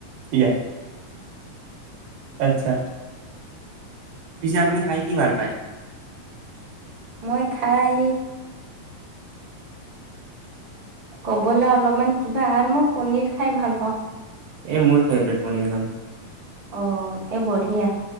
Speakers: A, on the right; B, on the right.
A: ইয়া আচ্ছা। পিছে আপুনি খাই কি ভাল পায়?
B: মই খাই, কবলৈ অলপমান কিবা আৰু মই পনীৰ খাই ভাল পাওঁ।
A: এই মোৰ ফেভাৰিট পনীৰখন।
B: অ', তে বঢ়িয়া।